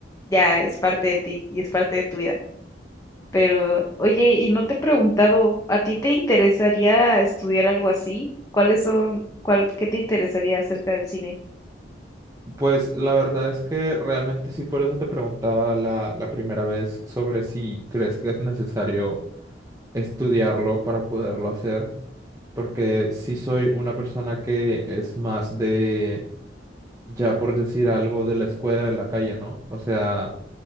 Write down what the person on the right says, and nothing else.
Pues la verdad es que realmente sí, por eso te preguntaba la, la primera vez sobre si crees que es necesario estudiarlo para poderlo hacer, porque sí soy una persona que es más de, ya por decir algo, de la escuela de la calle, ¿no? O sea,